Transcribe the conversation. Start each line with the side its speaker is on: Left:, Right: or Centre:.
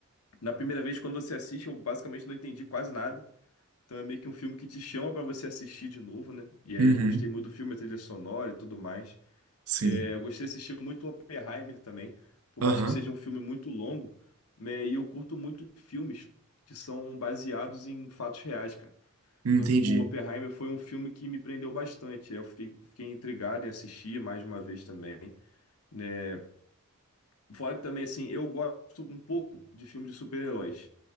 Left: na primeira vez, quando você assiste, eu basicamente não entendi quase nada. Então é meio que um filme que te chama pra você assistir de novo, né? E aí
Right: Uhum.
Left: eu gostei muito do filme, a trilha sonora e tudo mais.
Right: Sim.
Left: É, eu gostei de assistir muito Oppenheimer também, por
Right: Aham.
Left: mais que seja um filme muito longo, né? E eu curto muito filmes que são baseados em fatos reais, cara.
Right: Hum,
Left: Então,
Right: Entendi.
Left: tipo, o Oppenheimer foi um filme que me prendeu bastante. Eu fiquei, fiquei intrigado em assistir mais uma vez também, né? Fora que também, assim, eu gosto um pouco de filmes de super-heróis.